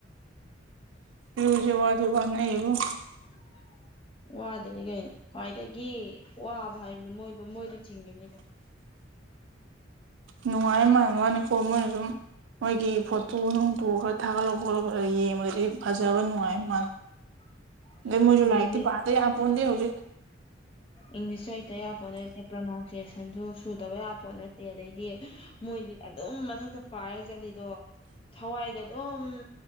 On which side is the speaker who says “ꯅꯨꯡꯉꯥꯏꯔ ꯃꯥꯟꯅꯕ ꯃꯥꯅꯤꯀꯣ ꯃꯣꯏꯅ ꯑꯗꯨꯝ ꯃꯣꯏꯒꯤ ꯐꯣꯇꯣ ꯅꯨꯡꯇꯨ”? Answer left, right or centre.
Right